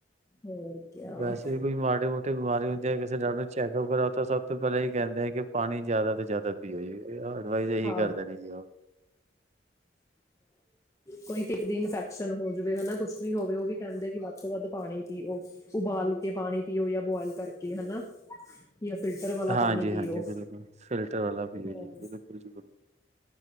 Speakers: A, on the left (about 15°); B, on the right (about 40°).
A: ਹੋਰ ਕਿਆ
B: ਵੈਸੇ ਵੀ ਕੋਈ ਮਾੜੀ ਮੋਟੀ ਬਿਮਾਰੀ ਹੁੰਦੀਆਂ ਕਿਸੇ ਡਾਕਟਰ ਨੂੰ ਚੈਕਅਪ ਕਰਾਓ ਤਾਂ ਸਭ ਤੋਂ ਪਹਿਲਾਂ ਇਹ ਕਹਿੰਦੇ ਆ ਕਿ ਪਾਣੀ ਜ਼ਿਆਦਾ ਤੋਂ ਜ਼ਿਆਦਾ ਪੀਓ ਜੀ ਅਡਵਾਈਜ਼ ਇਹੀ
A: ਹਾਂ
B: ਕਰਦੇਣੇ ਜੀ ਉਹ।
A: ਕੋਈ ਪਿੱਤ ਦੀ ਇਨਫੈਕਸ਼ਨ ਹੋ ਜਾਵੇ ਹਨਾ ਕੁਛ ਵੀ ਹੋਵੇ ਉਹ ਵੀ ਕਹਿੰਦੇ ਵੱਧ ਤੋਂ ਵੱਧ ਪਾਣੀ ਪੀਓ ਉਬਾਲ ਕੇ ਪਾਣੀ ਪੀਓ ਜਾਂ ਬੋਆਇਲ ਕਰਕੇ ਹਨਾ। ਜਾਂ ਫਿਲਟਰ ਵਾਲਾ
B: ਹਾਂਜੀ
A: ਪਾਣੀ
B: ਹਾਂਜੀ
A: ਪੀਓ
B: ਬਿਲਕੁਲ ਫਿਲਟਰ ਵਾਲਾ ਪੀਓ
A: ਹੋ।
B: ਜੀ ਬਿਲਕੁਲ ਜੀ ਬਿਲਕੁਲ